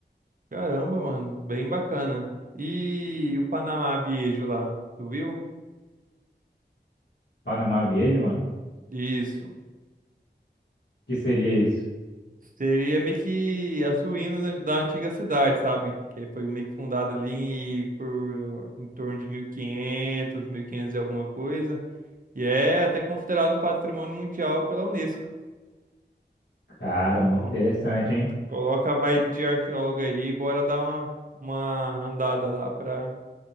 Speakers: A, on the right (about 50°); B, on the left (about 75°).
A: Caramba, mano, bem bacana. E o Panamá Biejo lá, tu viu?
B: Panamá Viejo, mano.
A: Isso.
B: Que seria isso?
A: Seria meio que as ruínas da da antiga cidade, sabe? Que foi meio que fundada ali por em torno de 1500, 1500 e quinhentos e alguma coisa. E é até considerado um patrimônio mundial pela Unesco.
B: Cara,
A: Então,
B: muito interessante, hein?
A: coloca a vibe de arqueólogo aí, e bora dar uma, uma andada lá pra,